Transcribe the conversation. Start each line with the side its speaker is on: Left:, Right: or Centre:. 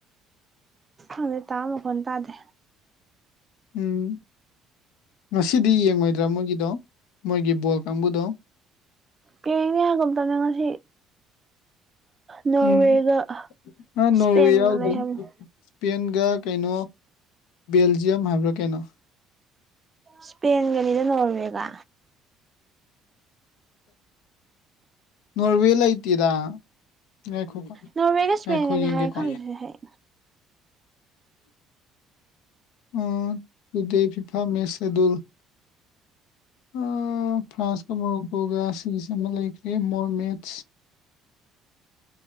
Right: ꯑꯗꯨ ꯇꯥ ꯃꯈꯣꯟꯅ ꯇꯥꯗꯦ
Left: ꯎꯝ ꯉꯁꯤꯗꯤ ꯌꯦꯡꯉꯣꯏꯗ꯭ꯔꯥ ꯃꯣꯏꯒꯤꯗꯣ ꯃꯣꯏꯒꯤ ꯕꯣꯜ ꯀꯥꯡꯕꯨꯗꯣ
Right: ꯄꯤꯉꯦ ꯍꯥꯏꯕꯅꯦ ꯉꯁꯤ ꯅꯣꯔꯋꯦꯒ
Left: ꯎꯝ ꯑ
Right: ꯏꯁꯄꯦꯟꯒ
Left: ꯅꯣꯔꯋꯦ ꯌꯥꯎꯗꯦ
Right: ꯂꯩ ꯍꯥꯏꯕꯅꯦ
Left: ꯏꯁꯄꯦꯟꯒ ꯀꯩꯅꯣ ꯕꯦꯜꯖꯤꯌꯝ ꯍꯥꯏꯕ꯭ꯔꯥ ꯀꯩꯅꯣ
Right: ꯏꯁꯄꯦꯟꯒꯅꯤꯗ ꯅꯣꯔꯋꯦꯒ
Left: ꯅꯣꯔꯋꯦ ꯂꯩꯇꯦꯔ ꯉꯥꯏꯈꯣ
Right: ꯅꯣꯔꯋꯦꯒ ꯏꯁꯄꯦꯟꯒꯅꯤ
Left: ꯉꯥꯏꯈꯣ ꯌꯦꯡꯒꯦꯀꯣ
Right: ꯍꯥꯏ ꯈꯪꯗ꯭ꯔꯦ ꯍꯥꯏ
Left: ꯎꯝ ꯐꯤꯐꯥ ꯃꯦꯁ ꯁꯦꯗꯨꯜ ꯑ ꯐ꯭ꯔꯥꯟꯁꯀ ꯃꯣꯔꯣꯀꯣꯒꯥ ꯁꯦꯃꯤꯁ ꯑꯃꯥ ꯂꯩꯈ꯭ꯔꯦ ꯃꯣꯔꯃꯦꯠ